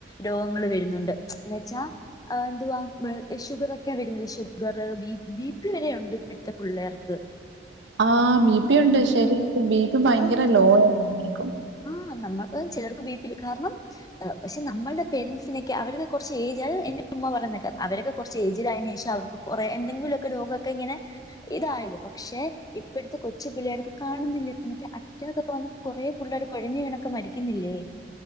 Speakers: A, on the left; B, on the right.
A: രോഗങ്ങൾ വരുന്നുണ്ട് എന്ന് വെച്ചാ <unintelligible>
B: ആഹ് ബിപി ഉണ്ട്. ശരി ക്കും ബി പി ഭയങ്കര
A: ആ
B: ലോ ആ എല്ലാർക്കും.
A: ആ നമ്മ ചിലർക്ക് ബി പി കാരണം പക്ഷെ നമ്മൾടെ പേരൻറ്സിനൊക്കെ അവർക്ക കുറച്ച് ഏജ് ആ എ ഉമ്മ പറയ്ന്നെ അവരൊക്കെ കുറച്ച് ഏജിലായനു ശേഷം അവർക്ക് കുറെേ എന്തെങ്കിലൊക്കെ രോഗക്കെ ഇങ്ങനെ ഇതായത്. പക്ഷെ ഇപ്പോഴത്തെ കൊച്ചുപള്ളേർക്ക് കാണുന്നില്ല എന്നിട്ട് അറ്റക്കൊക്കെ വന്ന് കുറെ <inaudible> രോക്കെ മരിക്കുന്നില്ലേ.